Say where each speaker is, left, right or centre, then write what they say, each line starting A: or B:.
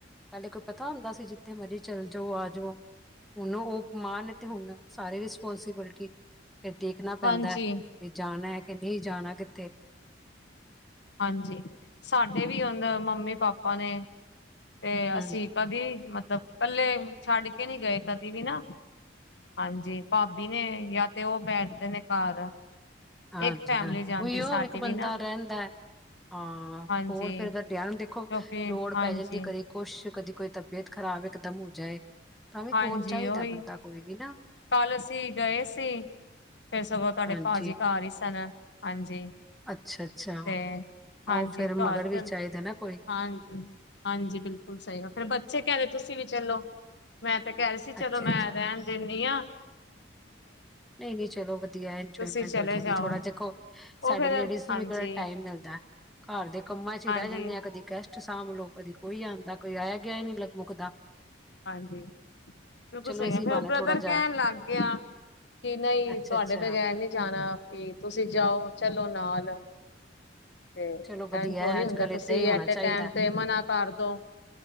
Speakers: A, in the centre; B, on the left (about 65°).
A: ਪਹਿਲੇ ਕੋਈ ਪਤਾ ਹੁੰਦਾ ਸੀ ਜਿੱਥੇ ਮਰਜ਼ੀ ਚੱਲ ਜਾਓ ਆ ਜਾਓ ਹਨੂੰ ਉਹ ਮਾਨ ਤੇ ਹੁਣ ਸਾਰੇ ਪੋਂਸੀਬਿਲਟੀ ਫਿਰ ਦੇਖਣਾ ਪੈਂਦਾ
B: ਹਾਂਜੀ-ਹਾਂਜੀ।
A: ਵੀ ਜਾਣਾ ਹੈ ਕਿ ਨਹੀਂ ਜਾਣਾ ਕਿਤੇ
B: ਹਾਂਜੀ ਸਾਡੇ ਵੀ ਹਦਾ ਮੰਮੀ ਪਾਪਾ ਨੇ ਤੇ ਅਸੀਂ
A: ਹਮ
B: ਕਦੀ ਮਤਲਬ ਇਕੱਲੇ ਛੱਡ ਕੇ ਨਹੀਂੀ ਗਏ ਕਦੀ ਵੀ ਨਾ ਹਾਂਜੀ ਭਾਬੀ ਨੇ ਯ ਤੇ ਉਹ ਬੈਠਦੇ ਨੇ ਘਰ
A: ਹਾਂਜੀ-ਹਾਂਜੀ
B: ਇੱਕ ਫੈਮਿਲੀ ਜਾਂਦੀ
A: ਉਹੀਓ
B: ਸਾਡੀ
A: ਇੱਕ
B: ਵੀ
A: ਬੰਦਾ
B: ਨਾ
A: ਰਹਿੰਦਾ ਹਾਂ
B: ਹਾਂਜੀ,
A: ਕੋਲ ਫਿਰ ਵ ਡਿਆ ਨੂੰ ਦੇਖੋ
B: ਕਿਉਂਕਿ
A: ਲੋੜ
B: ਹਾਂਜੀ।
A: ਪੈ ਜਾਂਦੀ ਕਦੇ ਕੁਛ ਕਦੀ ਕੋਈ ਤਬੀਅਤ ਖਰਾਬ ਇਕ ਦਮ ਹੋ ਜਾਏ ਤਾਂ ਵੀ
B: ਹਾਂਜੀ,
A: ਕੋਲ ਚਾਹੀਦਾ
B: ਉਹੀ
A: ਬੰਦਾ ਕੋਈ ਵੀ ਨਾ
B: ਕੱਲ ਅਸੀ ਗਏ ਸੀ ਫਿਰ ਸਗੋਂ ਤੁਹਾਡੇ
A: ਹਾਂਜੀ
B: ਪਾਜੀ ਕਾਰ ਹੀ ਸਨ ਹਾਂਜੀ
A: ਅੱਛਾ ਅੱਛਾ
B: ਤੇ ਹਾਂਜੀ
A: ਉਹ ਫੇਰ
B: ਘਰ
A: ਮਗਰ ਵੀ
B: ਫਿਰ
A: ਚਾਹੀਦਾ ਨਾ ਕੋਈ
B: ਹਾਂਜੀ-ਹਾਂਜੀ ਬਿਲਕੁਲ ਸਹੀ ਆ ਫੇਿਰ ਬੱਚੇ ਕਹਿਦੇ ਤੁਸੀਂ ਵੀ ਚਲੋ ਮੈਂ ਤੇ ਕਹਿ ਰਹੇ ਸੀ ਚਲੋ
A: ਅੱਛਾ
B: ਮੈਂ ਰਹਿਣ ਦੇ ਹਾਂ
A: ਨਹੀਂ-ਨਹੀਂ ਚਲੋ ਵਧੀਆ ਇੰਜੋਏਮੈਂਟ
B: ਤੁਸੀਂ ਚਲੇ
A: ਹੋ ਜਾਂਦੀ
B: ਜਾਓ
A: ਥੋੜ੍ਹਾ ਦੇਖੋ ਸਾਡੇ
B: ਉਹ ਫੇਰ
A: ਲੇਡੀਜ਼
B: ਹਾਂਜੀ
A: ਨੂੰ ਵੀ ਕਿਹੜਾ ਟਾਈਮ ਮਿਲਦਾ ਘਰ ਦੇ ਕਾਮਾ ਚੇ
B: ਹਾਂਜੀ
A: ਹੀ ਰੇ ਜਾਣਿਆ ਕਦੀ ਗੈਸਟ ੱਠ ਸਾਂਭ ਲ ਕਦੀ ਕੋਈ ਆਉਂਦਾ ਕੋਈ ਆਇਆ ਗਿਆ ਹੀ ਨਹੀਂ ਲਗ ਮੁਕਦਾ
B: ਹਾਂਜੀ ਬਿਲਕੁਲ ਸਹੀ
A: ਇਸੀ
B: ਹੈ ਫਿਰ
A: ਬਹਾਨੇ
B: ਉਹ ਬ੍ਰਦਰ
A: ਥੋੜਾ ਜਿਹਾ
B: ਕਹਿਣ ਲੱਗ ਗਿਆ ਕਿ ਨਹੀਂ
A: ਅੱਛਾ
B: ਤੁਹਾਡੇ
A: ਅੱਛਾ
B: ਬਗੈਰ ਨਹੀਂੀ ਜਾਣਾ ਵੀ ਤੁਸੀਂ ਜਾਓ ਚਲੋ ਨਾਲ ਹੈਲੋ ਤੇ
A: ਚਲੋ ਵਧੀਆ
B: ਐਜ ਥੋੜ੍ਹੀ
A: ਅੱਜ
B: ਹੁੰਦਾ
A: ਕੱਲ
B: ਤੁਸੀਂ
A: ਏਦਾਂ ਹੀ ਹੋਣਾ
B: ਐਟ
A: ਚਾਹੀਦਾ
B: ਟਮ ਤੇ ਮਨਾ ਕਰਦੋ